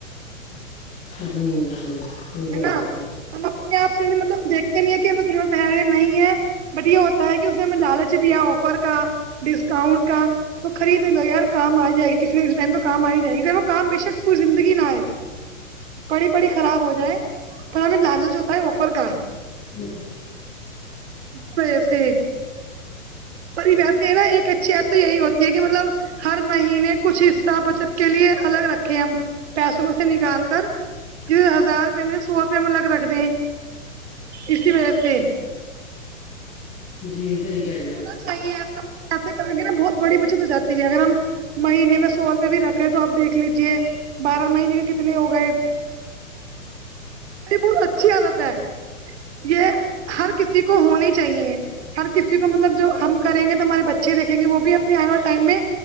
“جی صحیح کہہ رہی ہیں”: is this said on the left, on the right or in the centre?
Left